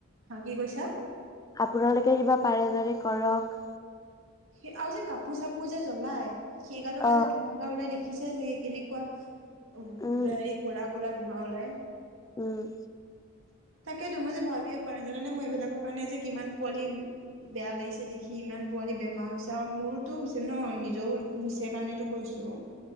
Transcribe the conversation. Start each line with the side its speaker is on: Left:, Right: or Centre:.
Right: হা কি কৈছা
Left: আপোনালোকে কিবা পাৰে যদি কৰক
Right: সেই আৰু যে কাপোৰ চাপোৰ যে জ্বলায় সেই গালৰ পৰা
Left: অ
Right: যে ধোঁৱা উলাই দে পিছে হেৰি কেনেকুৱা অ
Left: উম
Right: দৈ হাৰি খোলা কলা ধোঁৱা ওলাই
Left: উম
Right: তাকেত তো মই যে ভাবিয়ে পোৱা নাইাজানানে মই এইবিলাকৰ কাৰণে যে কিমান পোৱালি বেয়া লাগিছে দেখি ইমান পোৱালি বেমাৰ হৈছে আৰু মোৰোতো হৈছে ন নিজৰ হৈছে কাৰণো কৈছো